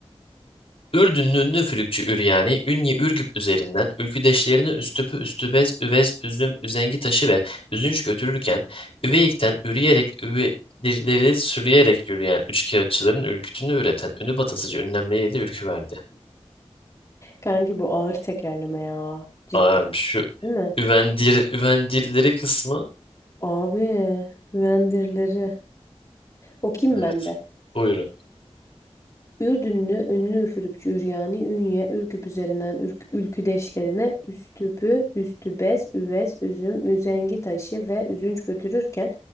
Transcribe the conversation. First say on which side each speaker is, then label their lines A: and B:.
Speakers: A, on the left (about 60°); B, on the left (about 30°).
A: Ürdünlü ünlü Fülükçü Üryani, Ünye Ürgüp üzerinden ülküdeşlerini Üstüpü, Üstübez, Üvez, Üzüm, Üzengi taşı ve Üzünç götürürken, Üveyik'ten üreyerek üvedirleri sürüyerek yürüyen üçkağıtçıların ürkütünü üreten ünü batasıcı ünlemleriyle de ürkü verdi.
B: Kanki bu ağır tekerleme ya. Cidden
A: Ağırmış şu
B: değil mi?
A: üvendir, üvendirleri kısmı.
B: Abi. Vendirileri. Okuyayım
A: Evet.
B: ben de.
A: Buyurun.
B: Ürdünlü ünlü üfürükçü Üryani, Ünye, Ürküp üzerinden ürk, ülküdeşlerine Üstüpü, Üstübez, Üvez, Üzüm, Üzengi taşı ve üzünç götürürken